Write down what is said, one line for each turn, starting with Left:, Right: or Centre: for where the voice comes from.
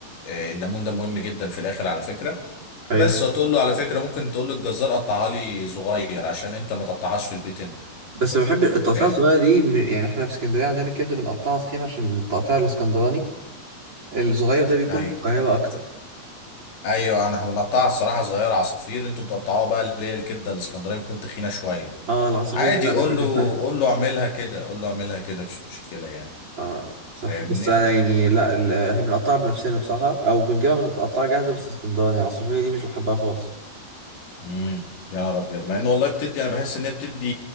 Left: آه، الليمون ده مهم جدا في الاخر على فكرة
Right: حلو
Left: بس وتقول له على فكرة ممكن تقول للجزار قطعها لي صغير عشان انت ما تقطعهاش في البيت انت
Right: بس بحب التقطيعة
Left: فاهم
Right: الصغيرة دي م- يعني احنا في اسكندرية عندنا الكبدة بنقطعها تخين عشان التقطيع الاسكندراني الصغير ده بيكون
Left: ايوه
Right: في القاهرة أكتر
Left: ايوه انا بنقطعها الصراحة صغيرة عصافير انتوا بتقطعوها بقى اللي هي الكبدة الاسكندرية بتكون تخينة شوية
Right: اه العصافير
Left: عادي
Right: دي لا
Left: قول
Right: مش بنحبها
Left: له قول له اعملها كده قول له اعملها كده مفيش مشكلة يعني
Right: اه صح
Left: فاهمني
Right: بس أنا يعني لا ال- احنا بنقطعها بنفسنا بصراحة أو بنجيبها متقطعة جاهزة بس اسكندراني العصافير دي مش بحبها خالص
Left: امم يا نهار ابيض مع ان والله بتدي انا بحس ان هي بتدي